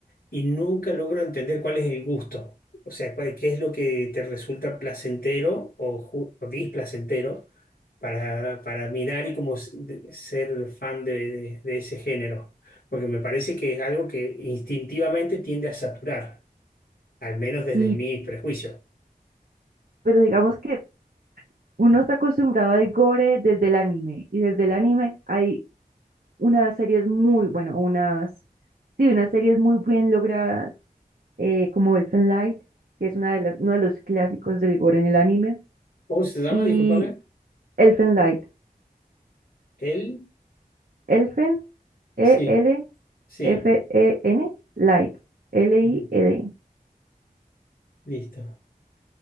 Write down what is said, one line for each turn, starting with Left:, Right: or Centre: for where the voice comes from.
Left: y nunca logro entender cuál es el gusto. O sea, cuál- qué es lo que te resulta placentero o, ju- o displacentero para, para mirar y como s- de- ser fan de, de- de ese género. Porque me parece que es algo que instintivamente tiende a saturar, al menos desde
Right: Y,
Left: mi prejuicio.
Right: pero digamos que uno está acostumbrado al gore desde el anime, y desde el anime hay unas series muy, bueno, unas, sí, unas series muy bien logradas, eh, como Elfen Light, que es una de las, uno de los clásicos del gore en el anime,
Left: ¿Cómo se llama?
Right: y
Left: Discúlpame.
Right: Elfen Light,
Left: Él.
Right: Elfen, E-L-F-E-N,
Left: Sí, sí.
Right: Light, L-I-E-D.
Left: Ujú. Listo.